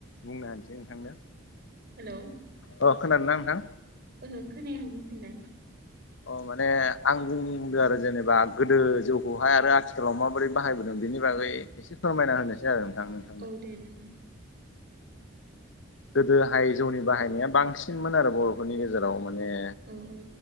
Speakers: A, on the left (about 65°); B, on the right (about 50°).
A: बुंना होनोसै नोंथांनो।
B: हेलौ
A: अ खोनादों ना नोंथां?
B: ओहो खोनायाखै बुंफिनलाय।
A: अ माने आं बुंदों आरो जेनेबा गोदो जौखौहाय आरो आथिखालाव माबोरै बाहायबोदों बेनि बागै एसे फोरमायना होनोसै आरो नोंथांनो।
B: दे दे नोथां
A: गोदोहाय जौनि बाहायनाया बांसिनमोन आरो बर'फोरनि गेजेराव माने।
B: औ औ।